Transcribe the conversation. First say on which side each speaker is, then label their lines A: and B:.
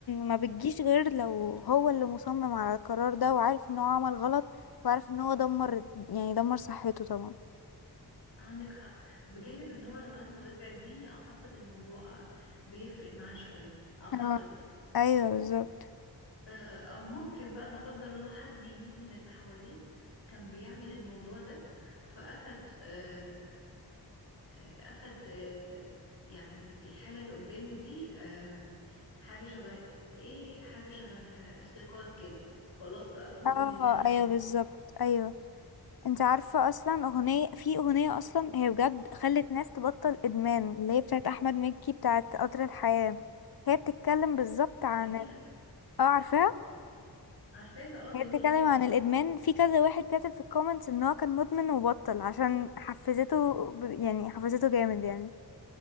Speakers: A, on the left; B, on the left.
A: ما بتجيش غير لو هو اللي مصمم على القرار ده وعارف ان هو عمل غلط وعارف ان هو دمر يعني دمر صحته طبعا
B: عندك حق بجانب ان هو لو عنده وزع دي اعتقد الموضوع بيفرق معاه شوية اعتقد
A: اه ايوه بالظبط
B: آه، او ممكن بقى لا قدر الله حد يموت من اللي حواليه كان بيعمل الموضوع ده فاخد آه، آه، اخد آه، يعني الحالة اللي قدامه دي آه، حاجة شبه ايه حاجة شبه استيقاظ كده خلاص بقى فوق
A: اه
B: من اللي انت فيه
A: ايوه بالظبط ايوه انت عارفه اصلا اغنيه في اغنيه اصلا هي بجد خلت ناس تبطل ادمان اللي هي بتاعت احمد مكي بتاعت قطر الحياه هي بتتكلم بالظبط عن
B: جميلة
A: اه عارفاها
B: عارفاها اه
A: هي
B: جميلة
A: بتتكلم
B: جدا
A: عن الادمان في كذا واحد كاتب في الكومنتس ان هو كان مدمن وبطل عشان حفزته ب- يعني حفزته جامد يعني